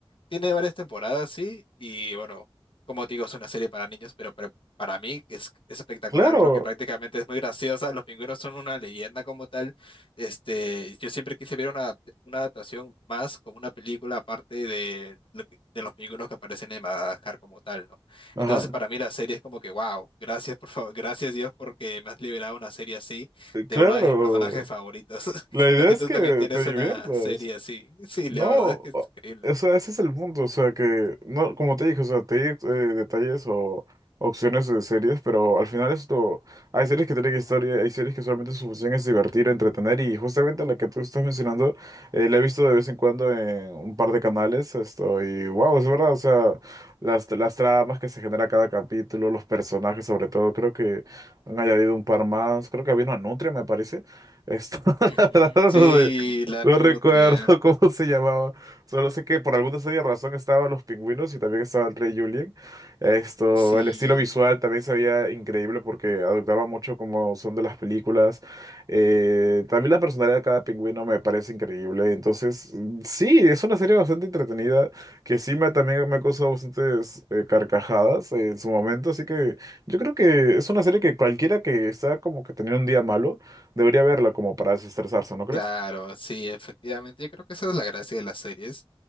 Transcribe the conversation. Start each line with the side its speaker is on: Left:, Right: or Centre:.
Left: tiene varias temporadas, sí, y bueno, como te digo, es una serie para niños, pero, pre- para mí es, es espectacular
Right: claro.
Left: porque prácticamente es muy graciosa. Los pingüinos son una leyenda como tal. Este, yo siempre quise ver una, adap- una adaptación más como una película aparte de, lo que- de los pingüinos que aparecen en Madagascar como tal, ¿no?
Right: Ajá.
Left: Entonces, para mí la serie es como que, wow, gracias, por favor, gracias Dios porque me has liberado una serie así
Right: Eh, Claro.
Left: de uno de mis personajes favoritos. <laughs>
Right: La idea
Left: No sé
Right: es
Left: si tú
Right: que
Left: también tienes
Right: te diviertas.
Left: una serie así. Sí,
Right: No,
Left: la verdad es que es
Right: o
Left: increíble.
Right: o sea, ese es el punto, o sea, que, no, como te dije, o sea, te di eh, detalles o opciones de series, pero al final esto, hay series que tienen historia, hay series que solamente su función es divertir, entretener, y justamente la que tú estás mencionando, eh, la he visto de vez en cuando en un par de canales, esto, y wow, es verdad, o sea, las, las tramas que se genera cada capítulo, los personajes sobre todo, creo que han añadido un par más, creo que había una nutria, me parece, esto, <laughs>
Left: Ujú.
Right: la verdad,
Left: Sí, la
Right: no
Left: nutria.
Right: recuerdo <laughs> cómo se llamaba. Solo sé que por alguna extraña razón estaban los pingüinos y también estaba el rey Julien. Esto,
Left: Sí,
Right: el estilo visual también se veía increíble porque adoptaba mucho como son de las películas. Eh, también la personalidad de cada pingüino me parece increíble. Entonces, mm, sí, es una serie bastante entretenida que sí me, también me ha causado bastantes eh, carcajadas eh, en su momento. Así que yo creo que es una serie que cualquiera que está como que teniendo un día malo debería verla como para desestresarse, ¿no crees?
Left: Claro, sí, efectivamente. Yo creo que esa es la gracia de las series,